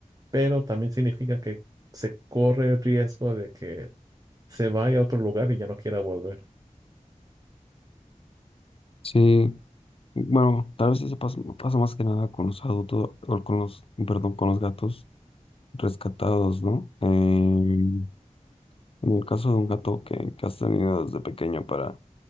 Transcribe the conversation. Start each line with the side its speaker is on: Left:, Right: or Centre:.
Right: Pero también significa que se corre el riesgo de que se vaya a otro lugar y ya no quiera volver.
Left: Sí, bueno, tal vez eso pasa, pasa más que nada con los adultos, o con los, perdón, con los gatos rescatados, ¿no? Em, en el caso de un gato que, que has tenido desde pequeño para,